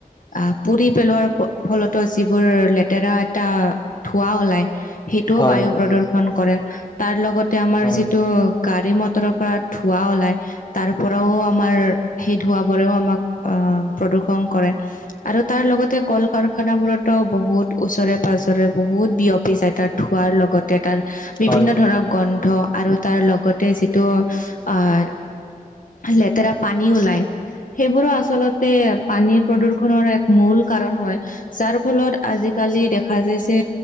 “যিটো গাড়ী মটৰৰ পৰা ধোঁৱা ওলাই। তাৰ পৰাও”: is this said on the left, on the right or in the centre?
Left